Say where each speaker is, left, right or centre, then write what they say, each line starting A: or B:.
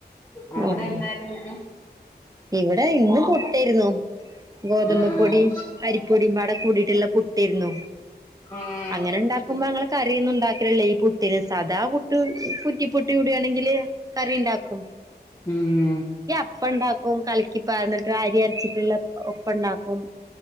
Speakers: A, on the left; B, on the right.
A: ആ അവിടെ
B: ആഹ്
A: എന്തായിരുന്നു.
B: ഇവിടെ ഇന്ന് പുട്ടെയ്ര്ന്നു ഗോതമ്പ്
A: ആഹ്
B: പൊടിം അരിപ്പൊടിം പാടെ കൂടിയിട്ടുള്ള പുട്ടേയ്ര്ന്നു
A: ആഹ്
B: അങ്ങനെണ്ടാക്കുമ്പോ ഞങ്ങള് കറിയന്നും ഉണ്ടാക്കില്ലല്ലേ ഈ പുത്തിന് സദാ പുട്ട് ഹ് കുറ്റിപുട്ട് ഇവിടയാണെങ്കില് കറി ഇണ്ടാക്കും
A: മ്മ്
B: ഇപ്പണ്ടാക്കും കലക്കിപ്പാർന്ന്ട്ട് അരി അരച്ചിട്ട്ള്ള ഉപ്പണ്ടാക്കും